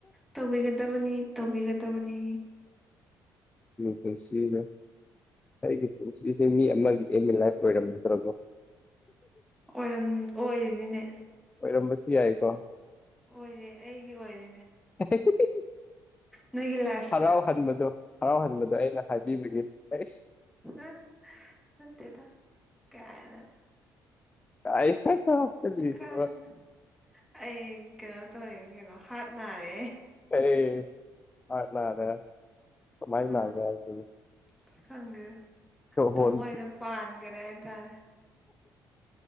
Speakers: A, in the centre; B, on the left.
A: ꯇꯧꯕꯤꯒꯗꯕꯅꯤ ꯇꯧꯕꯤꯒꯗꯕꯅꯤ
B: ꯈꯨꯁꯤꯖꯦ ꯑꯩꯒꯤ ꯄꯨꯟꯁꯤꯁꯦ ꯃꯤ ꯑꯃꯒꯤ ꯑ ꯏꯟ ꯂꯥꯏꯐ ꯑꯣꯏꯔꯝ ꯅꯠꯇ꯭ꯔꯕꯣ
A: ꯑꯣꯏꯝ ꯑꯣꯏꯔꯤꯅꯤꯅꯦ
B: ꯑꯣꯏꯔꯝꯕꯁꯨ ꯌꯥꯏꯀꯣ
A: ꯑꯣꯏꯔꯦ ꯑꯩꯒꯤ ꯑꯣꯏꯔꯦꯅꯦ
B: <unintelligible>
A: ꯅꯣꯏꯒꯤ ꯂꯥꯏꯐ ꯏꯁꯇꯥꯏꯜꯗꯣ
B: ꯍꯔꯥꯎꯍꯟꯕꯗꯣ ꯍꯔꯥꯎꯍꯟꯕꯗꯣ ꯑꯩꯅ ꯍꯥꯏꯕꯤꯕꯒꯤꯁ
A: ꯑ ꯃꯠꯇꯦꯗ ꯀꯅ
B: ꯇꯥꯏ ꯐꯥꯏ ꯐ ꯍꯥꯞꯁꯜ ꯂꯤꯗꯦꯕ
A: ꯀꯥꯏꯅ ꯑꯩ ꯀꯩꯅꯣ ꯇꯧꯋꯦ ꯀꯩꯅꯣ ꯍꯥꯔꯠ ꯅꯥꯔꯦ
B: ꯑꯩ <unintelligible>
A: ꯑꯥ ꯑꯁ ꯈꯪꯗꯦꯗ ꯊꯃꯣ
B: ꯍꯣꯟ
A: ꯍꯣꯏꯗ ꯄꯥꯟꯈꯔꯦ ꯍꯥꯏꯇꯥꯔꯦ